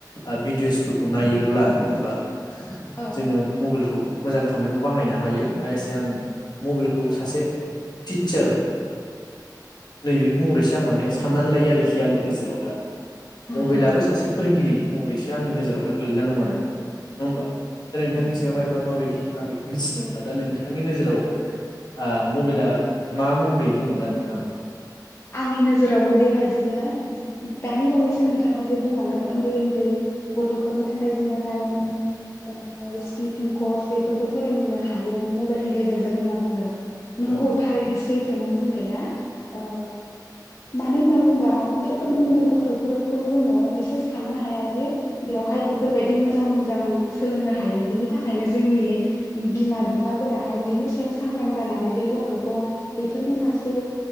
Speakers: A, on the left; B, on the left.
A: ओ भिडिअसफोरखौ नायोब्ला नङा होमबा? जोङो
B: औ
A: मबाइलखौ मोजां खामानियाव बाहायनो हायो आ एसे आं। मबाइलखौ सासे टिचार नैबे महरैसो आं माने साननानै लायो आरोखि आंनि नोजोराव दा।
B: नंगौ
A: मबाइलाबो सासे फोरोंगिरि। महरैसो। आंनि नोजाव दा गोग्लैना दं आरो नङा होमबा दा नोंथांनि
B: नंगौ
A: सायावहाय बा माबायदि आं। मिथिनो मोनला दा नोंथांनि नोजोराव। ओ मबाइला मा महरै दंङ दा नोंथाङा।
B: आंनि नोजोरावबो बेबायदिनो। दानि बावैसो नोंथाङा जे बुंलांदों। उन्दै उन्दै गथफोरनि थाखाय जोंङो रायनिं स्पिड। ओ कस बेफोरखौ फोरोंनो हायो मबाइलनि गेजेरजों होनना बुंदों। नंगौ
A: औ
B: थारैनोसै। फैथो नों बुंनाया। अ। मानोहोनना बुंबा बे। उन्दै उन्दै गथ'फोर। खौ जोङो बिसोर साननो हाया जे बेवहाय बेफोरबायदि मोजां मोजां सोलोंनो हायो बिनि थाखायनो जोंनि बिमा बिफाफोराहाय बिनि सायाव सांग्रां जानानै बे गथ'खौ बेफोरनि फारसे।